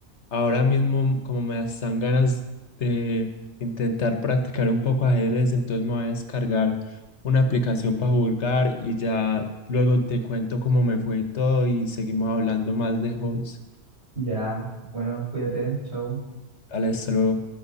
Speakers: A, on the left (about 75°); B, on the right (about 70°).
A: ahora mismo, como me dan ganas de intentar practicar un poco ajedrez, entonces me voy a descargar una aplicación para jugar y ya luego te cuento cómo me fue y todo y seguimos hablando más de hobbies.
B: Ya, bueno, cuídate, chao.
A: Dale, hasta luego.